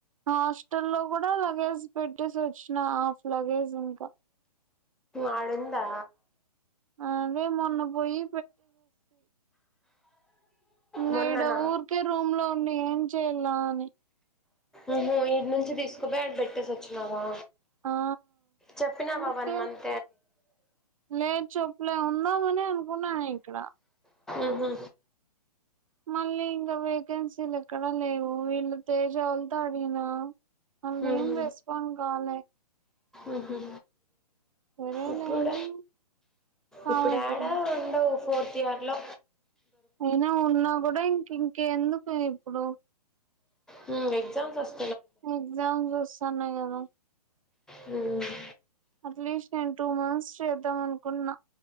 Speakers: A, on the right; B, in the centre.
A: హాస్టల్ లో కూడా లగేజ్ పెట్టేసి వచ్చిన హాఫ్ లగేజ్ ఇంకా
B: ఆడుందా
A: అదే మొన్న పోయి ఇకా
B: మొన్ననా
A: ఇడ ఊరికే రూమ్ లో ఉండి ఏం చెయలా అని
B: ఉహు ఇడి నుంచి తీసుకుపోయి ఆడ పెట్టేసి వచ్చినావా
A: ఆ
B: చెప్పినావా
A: ఊరికే
B: వన్ మంత్
A: లేదు చెప్పులే ఉన్నామని అనుకున్నాను ఇక్కడ
B: ఉహు
A: మళ్ళీ ఇంకా వేకెన్సీలు ఎక్కడా లేవు వీళ్ళు తేజ వోలతో అడిగినా వాళ్ళు
B: ఉహు
A: ఏం రెస్పాండ్ కాలే
B: ఉహు
A: సరేలే
B: ఇప్పుడ
A: అని కామ్
B: ఇప్పుడు
A: అయిపోయినా
B: యాడ ఉండవు ఫోర్ తీవన్లో
A: అయినా ఉన్నా కూడా ఇంక ఇంక ఎందుకు ఇప్పుడు
B: హ్మ్మ్ ఎక్జామ్స్ వస్త
A: ఎగ్జామ్స్ వస్తన్నాయి కదా
B: హ్మ్మ్
A: అట్లీస్ట్ నేను టూ మంత్స్ చేద్దాం అనుకున్నా